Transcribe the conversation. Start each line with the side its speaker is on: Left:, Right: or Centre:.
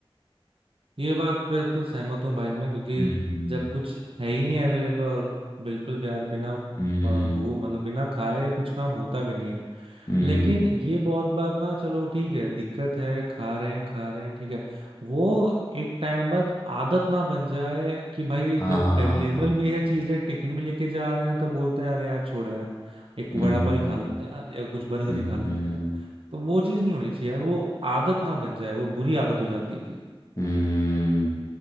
Right: ये बात पे तो सहमत हूँ भाई मैं क्योंकि
Left: हम्म
Right: जब कुछ है ही नहीं अवेलेबल और बिल्कुल भी यार बिना अ,
Left: हम्म
Right: भू मतलब बिना खाए कुछ काम होता भी नहीं है
Left: हम्म
Right: लेकिन ये बहुत बार ना चलो ठीक है दिक्कत है खा रहे हैं खा रहे हैं ठीक है वो एक टाइम बाद आदत ना बन जाए कि भाई
Left: हाँ
Right: जब अवेलेबल भी है चीजें टिफिन भी लेके जा रहे हैं तो बोलते हैं अरे यार छोड़ो यार एक
Left: हम्म
Right: वड़ा पाव ही खा लेते हैं यार या कुछ बर्गर
Left: हम्म
Right: ही खा लेते हैं यार तो वो चीज नहीं होनी चाहिए यार वो आदत ना बन जाए वो बुरी आदत हो जाती है
Left: हम्म